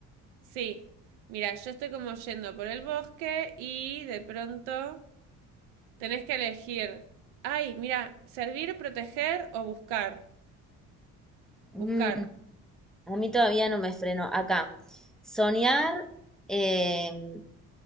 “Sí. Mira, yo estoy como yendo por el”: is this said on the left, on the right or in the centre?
Right